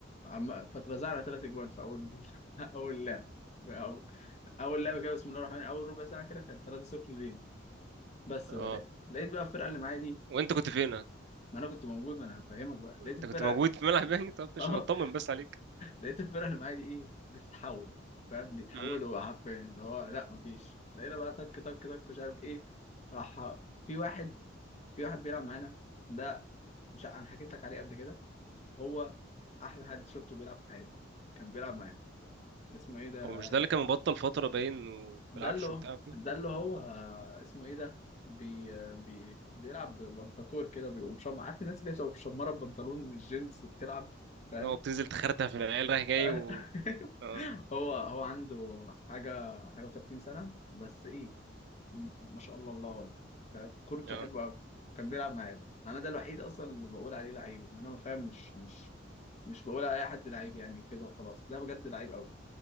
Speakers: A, on the left; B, on the right.
A: عم- فاترزعنا ثلاث اجوان في اول <laughs> اول لعب اول اول لعبه كده بسم الله الرحمن الرحيم اول ربع ساعه كده كان 3-0 ليهم بس
B: اه
A: بقى لقيت لقيت بقى الفرقه اللي معايا دي
B: وانت كنت فين
A: ما انا كنت موجود ما انا هفهمك بقى لقيت
B: انت
A: الفرقه
B: كنت موجود في
A: <laughs>
B: ملعب يعني طب مش
A: اه
B: بطمن بس عليك
A: لقيت الفرقه اللي معايا دي ايه بتتحول فاهم بيتحولوا
B: امم
A: حرفيا اللي هو لا مفيش لقينا بقى تك تك تك مش عارف ايه راح في واحد في واحد بيلعب معانا ده مش ع- انا حكيت لك عليه قبل كده هو احلى حد شفته بيلعب في حياتي كان بيلعب معانا اسمه ايه ده
B: هو مش ده اللي كان مبطل فتره باين وما
A: ده
B: بيلعبش
A: اللي هو
B: وبتاع كده
A: ده اللي هو اسمه ايه ده بي... بي... بيلعب بنطاكور كده بيقوم مشمر عارف الناس اللي بتبقى مشمره ببنطلون الجينز وبتلعب فاهم
B: هو بتنزل تخرتها في العيال رايح جاي
A: <laughs>
B: و اه
A: هو هو عنده حاجه حاجه و30 سنه بس ايه م- ما شاء الله الله اكبر فاهم؟ كورته
B: اه
A: حلوه قوي كان بيلعب معايا انا ده الوحيد اصلا اللي بقول عليه لعيب ان انا فاهم مش مش مش بقول على اي حد لعيب يعني كده وخلاص ده بجد لعيب